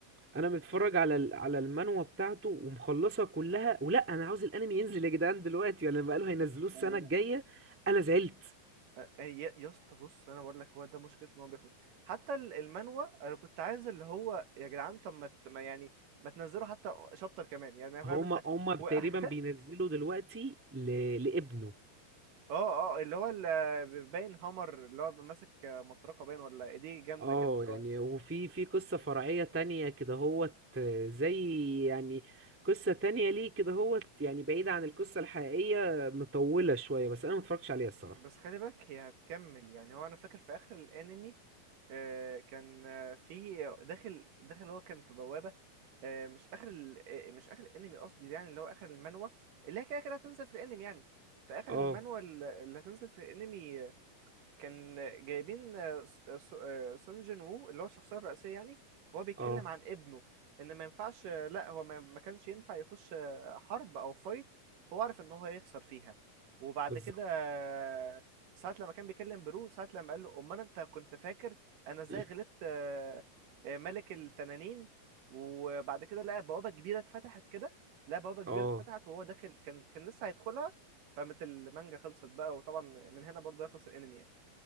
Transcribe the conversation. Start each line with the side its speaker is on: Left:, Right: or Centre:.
Centre: انا متفرج على ال- على المانوا بتاعته ومخلصها كلها ولا انا عاوز الانمي ينزل يا جدعان دلوقتي ولا بقالوا هينزلوه السنه
Right: و
Centre: الجايه انا زعلت
Right: آه، يا يا اسطى بص انا بقول لك هو ده مشكلته ان هو بيخلص حتى ال- المانوا انا كنت عايز اللي هو يا جدعان طب ما ت- ما يعني ما تنزلوا حتى شابتر كمان
Centre: <clears throat>
Right: يعني فاهم
Centre: هما
Right: انت
Centre: هما تقريبا
Right: و... <laughs>
Centre: بينزلوا دلوقتي ل... لابنه
Right: اه اه اللي هو ال- باين هامر اللي هو ماسك مطرقه باين ولا ايديه جامده
Centre: اه
Right: كده اللي
Centre: يعني
Right: هو
Centre: وفي في قصه فرعيه تانية كده هوت آه، زي يعني قصه تانية ليه كده هوت يعني بعيده عن القصه الحقيقيه مطوله شويه بس انا متفرجتش عليها الصراحه
Right: بس خلي بالك هي هتكمل يعني هو انا فاكر في اخر الانمي آه، كان آه، في داخل داخل هو كان في بوابة آه، مش اخر ال... آه، مش اخر الانمي قصدي يعني اللي هو اخر المانوا اللي هي كده كده هتنزل في الانمي يعني في اخر
Centre: اه
Right: المانوا اللي هتنزل في الانمي كان جايبين آه، س- آه، سو- آه، سون جين وو اللي هو الشخصية الرئيسية يعني هو بيتكلم
Centre: اه
Right: عن ابنه ان ما ينفعش آه، لا هو ما ما كانش ينفع يخش آه، حرب او فايت هو عارف ان هو هيخسر فيها وبعد
Centre: بالظبط
Right: كده آه، ساعة لما كان بيكلم برو ساعة لما قال له امال انت كنت فاكر انا
Centre: <clears throat>
Right: ازاي غلبت آه، آه، ملك التنانين وبعد كده لقى بوابة كبيرة اتفتحت كده لقى بوابة كبيرة
Centre: اه
Right: اتفتحت وهو داخل كان كان لسه هيدخلها فقامت المانجا خلصت بقى وطبعا من هنا برضه يخلص الانمي يعني